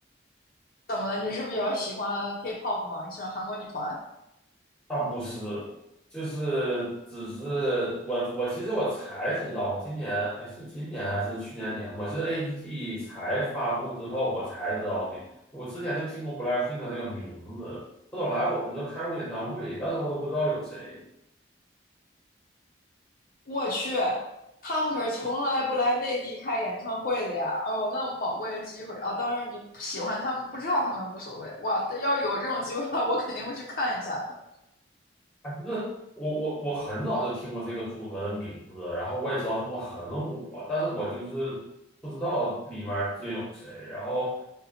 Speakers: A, on the left; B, in the centre.
A: 怎么了？你是比较喜欢 K-pop 吗？你喜欢韩国女团？
B: 倒不是，就是只是我我其实我才知道，我今年哎是今年还是去年年末，就是 A P G 才发布之后，我才知道的。我之前就听过 BLACKPINK 的这个名字，后来我们都开过演唱会，但是我都不知道有谁。
A: 我去，他们可是从来不来内地开演唱会的呀！哦，那么宝贵的机会啊！当然，你喜欢他们，不知道他们无所谓。哇，但要有这种机会的话，我肯定会去看一下的。
B: 那我我我很早就听过这个组合的名字，然后我也知道他们很火，但是我就是不知道里面儿竟有谁。然后